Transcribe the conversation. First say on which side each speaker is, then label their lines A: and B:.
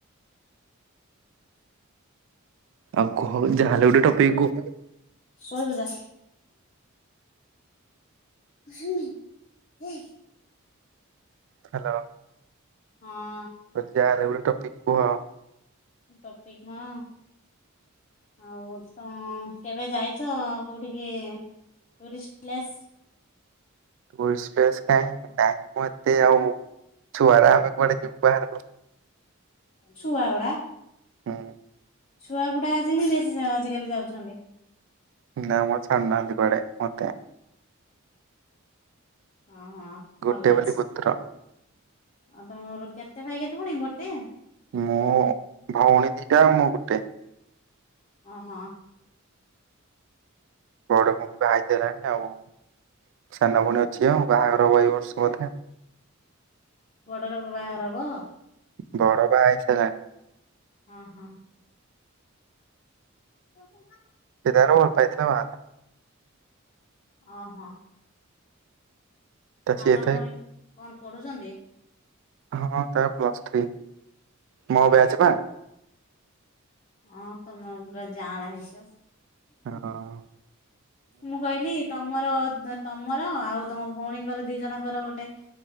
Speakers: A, on the right; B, on the left.
A: ଆଉ କୁହ ଯାହା ହେଲେ ଗୋଟେ ଟପିକ କୁ
B: ଶୋଇବୁ ଯା। <unintelligible>
A: ହ୍ୟାଲୋ।
B: ହଁ
A: ଯା ହେଲେ ଗୋଟେ ଟପିକ କୁହ।
B: ଟପିକ କଣ? ଆଉ ତ କେବେ ଯାଇଛ କୋଉଠିକି? Tourist place.
A: ଟୁରିଷ୍ଟ ପ୍ଲେସ କାହିଁ ନାହିଁ ମୁଁ ଏତେ ଆଉ ଛୁଆଗୁରା ଆମେ କୁଆଡେ ଯିବୁ ବାହାରକୁ।
B: ଛୁଆଗୁଡା
A: ହୁଁ।
B: ଛୁଆଗୁଡ଼ା ଆଜି ହିଁ ବେଶୀ ଆଜିକାଲି ଯାଉଛନ୍ତି।
A: ନା ମତେ ଛାଡୁନାହାନ୍ତି କୁଆଡ଼େ ମତେ।
B: ହଁ ହଁ
A: ଗୋଟେ
B: ଭଲ ହେଇଛି
A: ବୋଲି ପୁତ୍ର
B: ଆଉ ତମର କେ କେତେ ଭାଇ କେତେ ଭଉଣୀ? ଗୋଟେ
A: ମୋ ଭଉଣୀ ଦିଟା ମୁଁ ଗୋଟେ।
B: ଓ ହଁ।
A: ବଡ ଭଉଣୀ ବାହା ହେଇସାରିଲାଣି ଆଉ। ସାନ ଭଉଣୀ ଅଛି ଆଉ ବାହାଘର ହବ ଏହି ବର୍ଷ ବୋଧେ ଆଉ।
B: ବଡର ବାହଘର ହବ?
A: ବଡ ବାହା ହେଇସାରିଲାଣି।
B: ହଁ - ହଁ। <unintelligible>
A: ସେ ତାର ଭଲପାଇଥିଲା ବାହାହେଲା।
B: ଓ ହଁ।
A: ତ
B: ସାନ
A: ସିଏ ତ
B: ଭଉଣୀ କଣ ପଢୁଛନ୍ତି?
A: ହଁ ତା ପ୍ଲସ୍ ଥ୍ରୀ ମୋ ବ୍ୟାଚ୍ ବା।
B: ହଁ ତମେ ପରା ଯାଆଁଳା ହେଇଛ।
A: ହଁ।
B: ମୁଁ କହିଲି ତମର ତମର ଆଉ ତମ ଭଉଣୀଙ୍କର ଦି ଜଣଙ୍କର, ଗୋଟେ